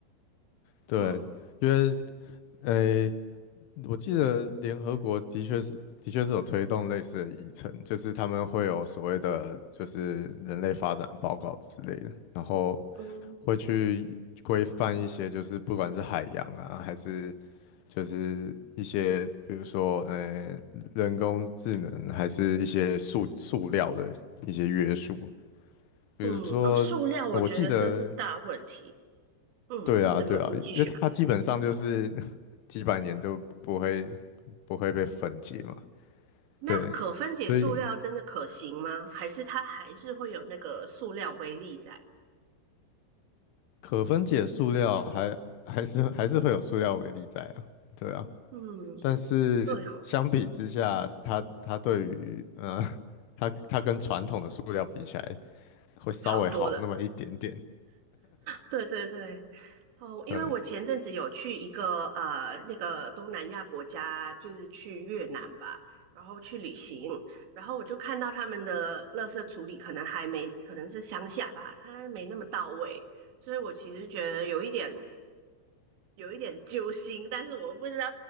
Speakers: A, on the left; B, on the right.
A: 对，
B: 嗯
A: 因为诶，我记得联合国的确是的确是有推动类似的议程，就是他们会有所谓的就是人类发展报告之类的，然后
B: 嗯
A: 会去规范一些就是不管是海洋啊，还是就是一些比如说呃人工智能，还是一些塑塑料的一些约束，比如说，
B: 嗯，哦，塑料我觉得真是大问题。
A: 呃我记得，
B: 嗯，
A: 对啊，
B: 怎么？
A: 对啊，
B: 你继续吧。
A: 因为它基本上就是 <laughs> 几百年都不会不会被分解嘛，
B: 那可分解塑料真的可行吗？
A: 对，所以
B: 还是它还是会有那个塑料微粒在？
A: 可分解塑料还还是还是会有塑料微粒在啊，对啊，
B: 嗯，
A: 但是相比之下，
B: 对哦，
A: 它它对于呃，<laughs> 它它跟传统的塑料比起来，会稍微好那么一点点，
B: 好多了。对对对。哦，因为我前阵子有去一个呃那个东南亚国家，
A: 对，
B: 就是去越南吧，然后去旅行，然后我就看到他们的垃圾处理可能还没，可能是乡下吧，它没那么到位，所以我其实觉得有一点有一点揪心，但是我不知道